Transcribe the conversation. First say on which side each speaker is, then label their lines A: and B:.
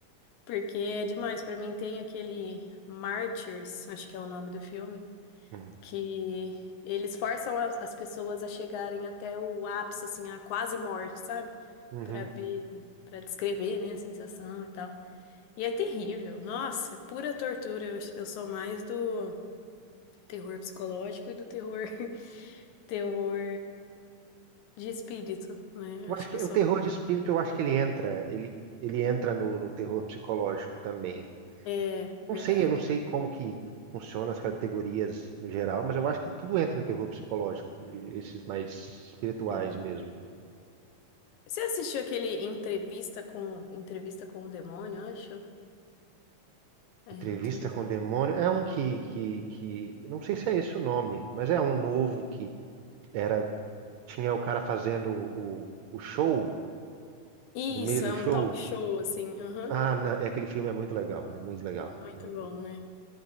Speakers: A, on the left; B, on the right.
A: Porque é demais. Pra mim, tem aquele Martyrs, acho que é o nome do filme,
B: Hum.
A: que eles forçam as, as pessoas a chegarem até o ápice, assim, a quase morte, sabe?
B: Uhum.
A: Pra ver, pra descrever, né, a sensação e tal. E é terrível. Nossa, é pura tortura. Eu, eu sou mais do terror psicológico e do terror, <laughs> terror de espírito, né?
B: Eu
A: Acho
B: acho
A: que
B: que
A: eu sou.
B: o terror de espírito, eu acho que ele entra, ele, ele entra no, no terror psicológico também.
A: É, verdade.
B: Não sei, eu não sei como que funciona as categorias no geral, mas eu acho que tudo entra em terror psicológico, de- esses mais espirituais
A: É.
B: mesmo.
A: Você assistiu aquele entrevista com entrevista com o demônio, eu acho? É,
B: Entrevista
A: entrevista.
B: com o Demônio é um que, que, que não sei se é esse o nome, mas é um novo que era tinha o cara fazendo o, o show,
A: Isso,
B: no meio do
A: é
B: show.
A: um talk show assim. Aham.
B: Ah, na- é, aquele filme é muito legal, é muito legal.
A: Muito
B: É-
A: bom,
B: é-
A: né?